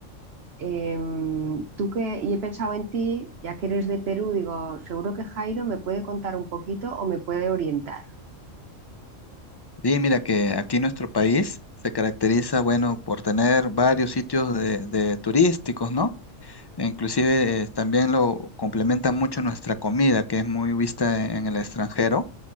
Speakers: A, on the right; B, on the left.
A: Em, tú que, y he pensado en ti, ya que eres de Perú, digo, seguro que Jairo me puede contar un poquito o me puede orientar.
B: Sí, mira que aquí nuestro país se caracteriza, bueno, por tener varios sitios de, de turísticos, ¿no? E Inclusive eh, también lo complementa mucho nuestra comida, que es muy vista en, en el extranjero,